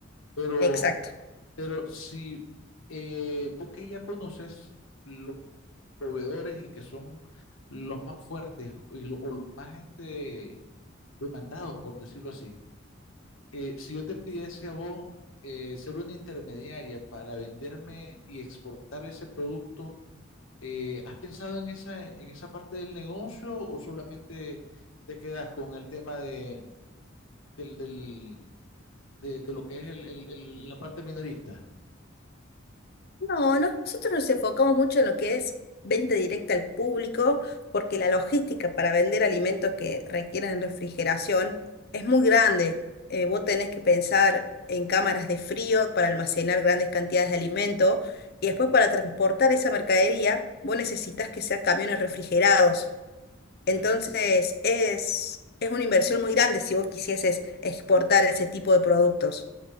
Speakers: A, on the left; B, on the left.
A: pero,
B: Exacto.
A: pero si eh, vos que ya conoces los proveedores y que son los más fuertes y lo- o los más este, demandados, por decirlo así, eh, si yo te pidiese a vos eh, ser una intermediaria para venderme y exportar ese producto, eh, ¿has pensado en esa, en esa parte del negocio o solamente te quedas con el tema de, del, del- de, de lo que es el- el- el- la parte minorista?
B: No, nosotros nos enfocamos mucho en lo que es venta directa al público, porque la logística para vender alimentos que requieren refrigeración es muy grande. Eh, vos tenés que pensar en cámaras de frío para almacenar grandes cantidades de alimento y después para transportar esa mercadería, vos necesitas que sean camiones refrigerados.
A: Ya.
B: Entonces, es, es una inversión muy grande si vos quisieses exportar ese tipo de productos.